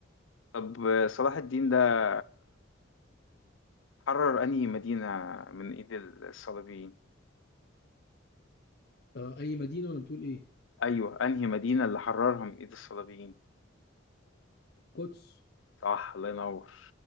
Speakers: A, on the left; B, on the left.
A: طب صلاح الدين ده حرر انهي مدينة من ايد الصليبيين
B: آه اي مدينه ولا بتقول ايه
A: ايوه انهي مدينة اللي حررها من ايد الصليبيين
B: قدس
A: صح الله ينور